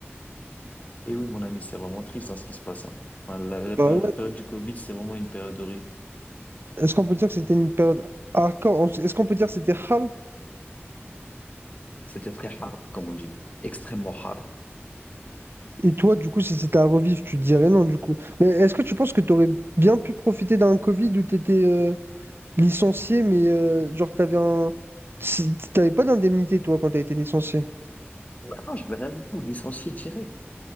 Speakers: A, on the left; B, on the right.
A: Et oui, mon ami, c'est vraiment triste, hein, ce qui se passe, hein. Enfin, la,
B: Bah
A: la péri-
B: ouais.
A: la période du Covid, c'est vraiment une période horrible.
B: Est-ce qu'on peut dire que c'était une période hardcore? Est-ce qu'on peut dire que c'était hard
A: C'était très hard, comme on dit, extrêmement hard.
B: Et toi, du coup, si c'était à revivre, tu dirais non, du coup. Mais est-ce que tu penses que tu aurais bien pu profiter d'un Covid où tu étais licencié, mais euh, genre, t'avais un... si- t'avais pas d'indemnité, toi, quand tu as été licencié?
A: Ouais, non, je vais rien du tout, licencié direct.